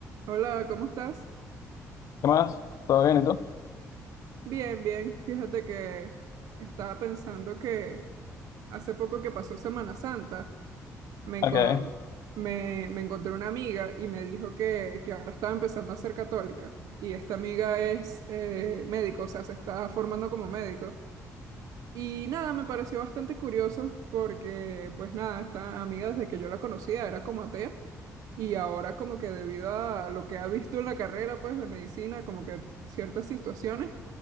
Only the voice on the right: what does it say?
Hola, ¿cómo estás?
Bien, bien. Fíjate que estaba pensando que hace poco que pasó Semana Santa, me,
enco- me, me encontré una amiga y me dijo que, que ahora estaba empezando a ser católica. Y esta amiga es eh, médico, o sea, se está formando como médico. Y nada, me pareció bastante curioso porque, pues nada, esta amiga desde que yo la conocía era como atea y ahora como que debido a lo que ha visto en la carrera, pues de medicina, como que ciertas situaciones,